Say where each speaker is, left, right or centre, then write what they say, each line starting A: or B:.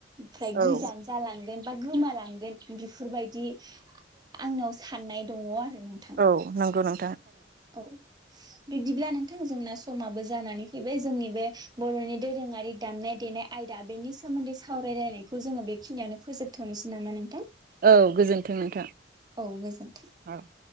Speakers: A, on the right (about 25°); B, on the right (about 50°).
A: फ्राय
B: औ
A: गोजान जालांगोन बा गोमालांगोन बेफोरबायदि आंनाव सान्नाय दङ आरो नोंथां
B: औ नंगौ नों
A: औ बिदिब्ला नों थां जोंना समाबो जानानै फैबाय जोंनि बे बर'नि दोरोङारि दामनाय देनाय आयदा बेनि सोमोन्दै सावराय लायनायखौ जोंङो बेखिनियावनो फोजोबथ'नोसै नामा नोंथां?
B: औ गोजोनथों नोंथां
A: औ गोजोन्थों
B: औ ।